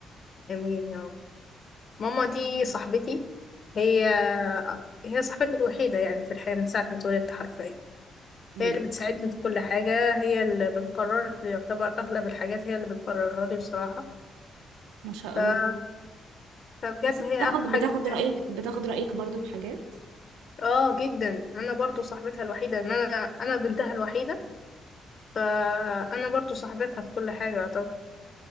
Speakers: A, on the left; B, on the right.
A: امين يا رب ماما دي صاحبتي هي هي صاحبتي الوحيدة يعني في الحياة من ساعة ما اتولدت حرفيا
B: بجد.
A: هي اللي بتساعدني في كل حاجة هي اللي بتقرر يعتبر أغلب الحاجات هي اللي بتقررها لي بصراحة
B: ما شاء
A: ف...
B: الله
A: فبجد
B: بس بتاخد
A: هي أغلى حاجة
B: بتاخد
A: في حياتي
B: رأيك بتاخد رأيك برضو في حاجات
A: اه جدا انا برضو صاحبتها الوحيدة ان انا انا بنتها الوحيدة فأنا برضو صاحبتها في كل حاجة طب